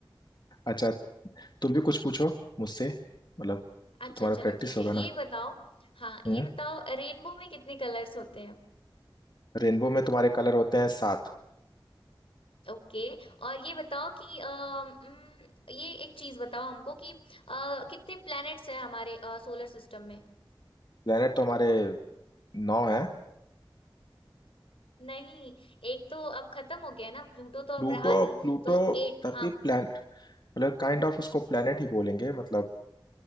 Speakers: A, on the left; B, on the left.
A: अच्छा तुम भी कुछ पूछो मुझसे मतलब
B: अच्छा
A: तो तुम्हारा
B: चलो
A: प्रैक्टिस
B: ठीक
A: होगा
B: है ये
A: ना
B: बताओ हाँ ये
A: हम्म
B: बताओ रेनबो में कितने कलर्स होते हैं
A: रेनबो में तुम्हारे कलर होते हैं सात
B: ओके और ये बताओ कि अम, उम, ये एक चीज बताओ हमको कि अ, कितने प्लैनेट्स हैं हमारे सोलर सिस्टम में
A: प्लेनेट तो हमारे नौ है
B: नहीं एक तो अब खत्म हो गया ना प्लूटो तो
A: Pluto
B: अब रहा नहीं
A: Pluto
B: तो एट
A: तभी
B: हाँ
A: प्लेनेट मतलब काइंड ऑफ उसको प्लेनेट ही बोलेंगे मतलब